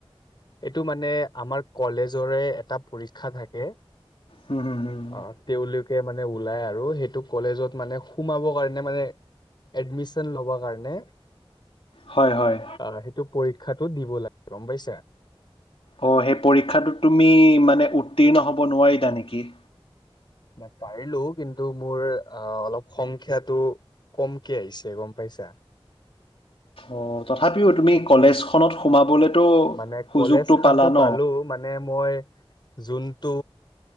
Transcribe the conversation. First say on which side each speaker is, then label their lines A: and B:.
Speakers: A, on the left (about 50°); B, on the left (about 65°).
A: এইটো মানে আমাৰ কলেজৰে এটা পৰীক্ষা থাকে।
B: উম, হুম হুম।
A: অ তেওঁলোকে মানে ওলাই আৰু সেইটো কলেজত মানে সোমাব কাৰণে মানে এডমিচন লবৰ কাৰণে
B: হয় হয়।
A: অ', সেইটো পৰীক্ষাটো দিব লাগিব গম পাইছা।
B: অ', সেই পৰীক্ষাটো তুমি মানে উত্তীৰ্ণ হ'ব নোৱাৰিলা নেকি?
A: নাই পাৰিলো কিন্তু মোৰ অ অলপ সংখ্যাটো কমকে আহিছে গম পাইছা।
B: অ', তথাপিও তুমি কলেজখনত সোমাবলেতো
A: মানে
B: সুযোগতটো
A: কলেজ খানতো
B: পালা ন?
A: পালো মানে মই যোনটো